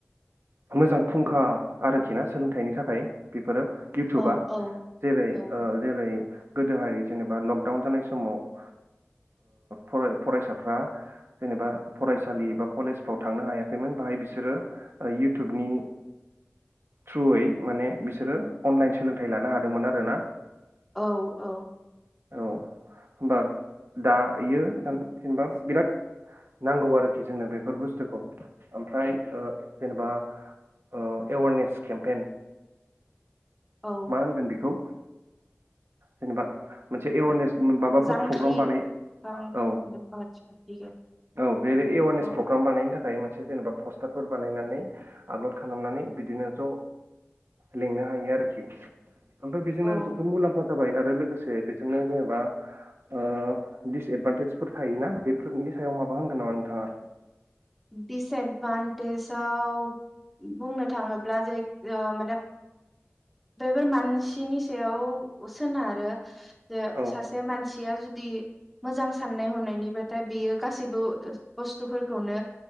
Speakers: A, on the right; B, in the centre.
A: मोजां फुंखा आरोखि ना सोलोंथाइनि थाखाय बेफोरो इउटुबा
B: औ औ
A: जेरै
B: औ
A: ओ जेरै गोदोहाय जेनेबा लकडाउन जानाय समाव ओ फराय-फरायसाफ्रा जेनेबा फरायसालि बा कलेजफ्राव थांनो हायाखैमोन बाहाय बिसोरो इउटुबनि थ्रुयै माने बिसोरो अनलाइन सोलोंथाइ लानो हादोंमोन आरो ना
B: औ औ
A: औ होमबा दायो होन जेनेबा बिराद नांगौ आरोखि जोंनो बेफोर बुस्थुखौ ओमफ्राय ओ जेनेबा ओ एवारनेस केमपेन
B: औ
A: मा होनगोन बेखौ? जेनेबा मोनसे एवारनेस माबाफोर
B: जांख्रि
A: प्रग्राम बानायो
B: आं
A: औ औ बे एवारनेस
B: औ
A: प्रग्राम बानायनो थाखाय मोनसे जेनेबा पस्टारफोर बानायनानै आपल'ड खालामनानै बिदिनो ज' लिंनो हायो आरोखि जोंथ बेजोंनो
B: औ
A: दुथ' मुलाम्फा जाबाय आरो लोगोसे बेजोंनो जेनेबा ओ दिसएदभान्टेजफोर थायोना बेफोरनि सायाव माबा होनगोन नामा नोंथाङा?
B: दिसएदभान्टेजाव बुंनो थाङोब्ला जे ओ माने बेैफोर मानसिनि सायाव सोनारो जे
A: औ
B: सासे मान मानसिया जुदि मोजां साननाय हनायनिबाथाय बेयो गासैबो बुस्थुफोरखौनो